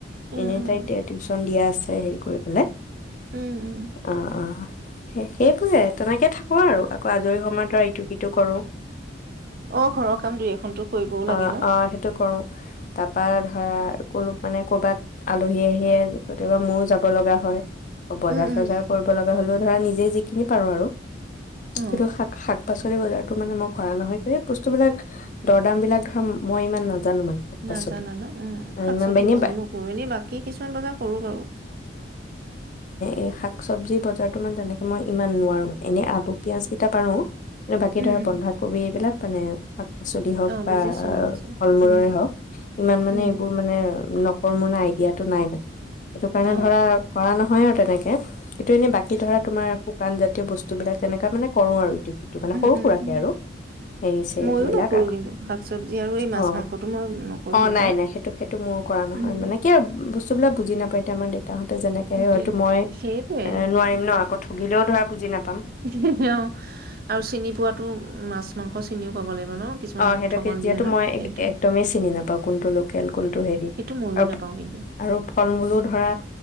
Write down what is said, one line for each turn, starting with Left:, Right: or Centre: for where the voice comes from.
Right: উম
Left: এনে
Right: উম
Left: াইতে টিউশন দিয়া ছে হেৰি কৰি পেলাই।
Right: উম উম
Left: অহ ',- অহ ', সেইবোৰে তেনেকে থাকো আৰু আকৌ আজৰি সময়ত ধৰা ইটো সিটো কৰো।
Right: অহ ', ঘৰৰ কাম দুই এখন তো কৰিবও লাগে।
Left: অহ
Right: ন
Left: -অহ সেইটো কৰো তাৰপৰা ধৰা ক মানে কৰ'বাত আলহী আহিয়ে কেতিয়াবা মোৰো যাব লগা হয়। বজাৰ
Right: উম উম
Left: চজাৰ কৰিব লগা হলেও ধৰা নিজে। যিখিনি পাৰো আৰু
Right: অ
Left: এইটো শাক - শাক পাচলি। বজাৰতো মানে মই কৰা নহয় বস্তু বিলাক দৰ দাম বিলাক। মই ইমান নাজানো মানে শাক পাচলি
Right: নাজানা ন উ শাক
Left: ইমান
Right: চব্জি
Left: এনে
Right: মইবি নকৰো এনেই বাকী কিছুমান বজাৰ কৰো বাৰু
Left: এই শাক চব্জি বজাৰটো মান তেনেকৈ মই ইমান নোৱাৰোঁ মানে এনে আলু পিঁয়াজকেইটা পাৰোঁ আৰু বাকী
Right: উম
Left: ধৰা
Right: উম
Left: বন্ধাকবি এইবিলাক। মানে পাচলি হওক
Right: অ
Left: বা
Right: বুজিছো বুজিছো
Left: আৰু ফল মূলৰে
Right: উম
Left: হওক ইমান মানে
Right: উম
Left: এইবোৰ মানে ন কৰ্মনা আইডিয়াটো নাই মানে। সেইটো কাৰণে
Right: অ
Left: ধৰা কৰা নহয় আৰু তেনেকে, এইটো এনেই বাকী কি ধৰা তোমাৰসোঁ শুকান জাতীয় বস্তু। সুবিলাক তেনেকা মানে কৰো আৰু। সিটো মানে
Right: উম
Left: সৰু
Right: উম
Left: সুৰাকে
Right: উম
Left: আৰু এৰিছে
Right: ময়ো
Left: এইবিলাক
Right: নকৰো
Left: আকৌ।
Right: কিন্তু শাক চবজি আৰু এই মাছ
Left: অহ',
Right: মাংসটো মই
Left: -
Right: নকৰো
Left: অহ',
Right: বজাৰ।
Left: নাই - নাই সেইটো - সেইটো মোৰো কৰা নহয়
Right: উম।
Left: মানে কি বস্তু। সেইবিলাক বুজি নাপায়াই তেমাদিক <unintelligible> তাহতে যেনেকে
Right: সেইটোৱে
Left: হয়তো মই
Right: সেইটোৱে
Left: এ নোৱাৰিম ন ক গিলেও ধৰা বুজিনাপায়।
Right: হ -হ অহ ', আৰু চিনি পোৱাতো মাছ মাংস চিনিও পাব লাগিব ন। কিছুমান
Left: অ সেইতো‌
Right: ঠগন
Left: যিহেতু
Right: দিয়ে ন
Left: মই
Right: সেইটো
Left: একদমেই চিনি নাপাওঁ কোনটো লোকেল কোনটো হেৰি
Right: সেইটো ময়ো
Left: আৰু
Right: নাপাওঁ কিন্তু
Left: আৰু ফল মূলো ধৰা